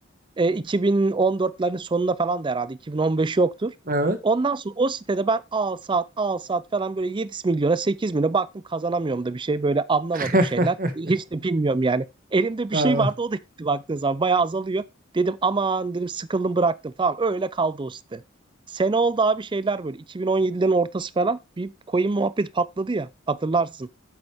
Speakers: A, on the right; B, on the right.
A: E, 2014'lerin sonuna falan da herhalde 2015 yoktur.
B: Evet.
A: Ondan sonra o sitede ben al saat al saat falan böyle 7 milyona 8 milyona baktım kazanamıyorum da bir şey böyle anlamadım
B: <laughs>
A: şeyler. Hiç de bilmiyorum yani. Elimde
B: Aa,
A: bir şey vardı o da gitti baktığın zaman bayağı azalıyor. Dedim aman dedim sıkıldım bıraktım tamam öyle kaldı o site. Sene oldu abi şeyler böyle 2017'lerin ortası falan bir coin muhabbet patladı ya hatırlarsın.